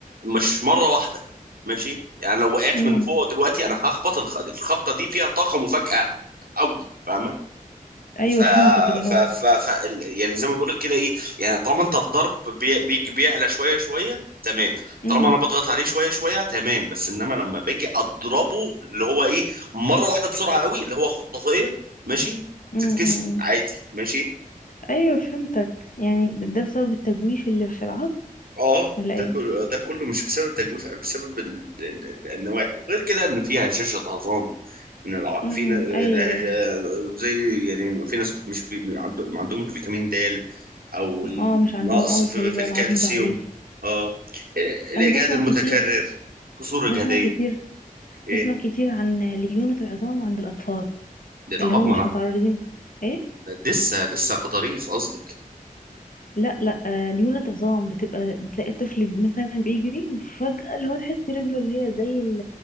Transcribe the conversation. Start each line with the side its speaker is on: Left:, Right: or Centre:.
Right: مش مره واحده ماشي يعني لو وقعت
Left: امم
Right: من فوق دلوقتي انا هخبط الخ- الخبطه دي فيها طاقه مفاجاه قوي فاهمه
Left: ايوه
Right: ف...
Left: فهمتك اللي هو
Right: ف... ف... ف يعني زي ما بقول لك كده ايه يعني طالما انت الضرب بي... بيجي بيعلى شويه شويه تمام
Left: امم
Right: طالما انا بضغط عليه شويه شويه تمام بس انما لما باجي اضربه اللي هو ايه مره واحده بسرعه قوي اللي هو خطافيه ماشي
Left: امم
Right: تتكسر
Left: امم إمم.
Right: عادي ماشي
Left: ايوه فهمتك يعني ده بسبب التجويف اللي في العظم
Right: اه
Left: ولا ايه
Right: ده كله ده كله مش بسبب التجويف بسبب ال- ال- ال- النواحي غير كده ان فيها هشاشة عظام ان الع...
Left: امم
Right: في ن- الهجا-
Left: ايوه
Right: زي يعني في ناس مش بي... ما عندهم ما عندهمش فيتامين د او النقص
Left: اه مش عندهم قوي
Right: في,
Left: فبيبقى
Right: في الكالسيوم
Left: العظم ضعيف
Right: اه إيه، الاجهاد
Left: انا بسمع
Right: المتكرر
Left: كتير
Right: كسور اجهاديه
Left: بسمع كتير
Right: ايه
Left: بسمع كتير عن ليونة العظام عند الاطفال
Right: ده العظمه
Left: اللي هم مش
Right: أنا-
Left: متعرضين ايه
Right: لسه لسه ظريف قصدي
Left: لا لا آه، ليونة عظام بتبقى بتلاقي الطفل مثلا بيجري وفجأة اللي هو تحس رجله اللي هي زي ال